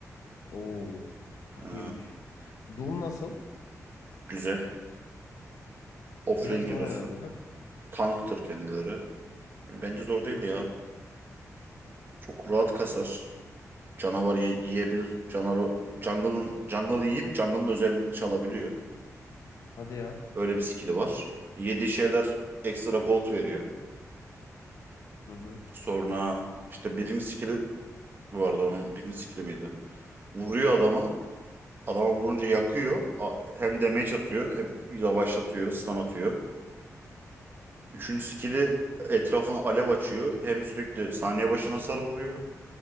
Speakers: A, on the left; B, on the right.
A: Oo çok
B: Ha,
A: iyiymiş. Doom nasıl?
B: güzel. Offlane
A: Biraz zor
B: hero'su.
A: herhalde değil mi?
B: Tanktır kendileri. Bence zor değil ya. Çok rahat kasar. Canavar ye- yiyebilir. Canavar jungle'ın jungle yiyip jungle'ın özelliğini çalabiliyor.
A: Hadi ya.
B: Öyle bir skill'i var. Yediği şeyler ekstra gold veriyor.
A: Hı hı.
B: Sonra işte birinci skill'i bu arada onun birinci skill'i miydi? Vuruyor adama. Adama vurunca yakıyor. A- Hem damage atıyor hem yavaşlatıyor, stun atıyor. Üçüncü skill'i etrafına alev açıyor. Hem sürekli saniye başına hasar vuruyor.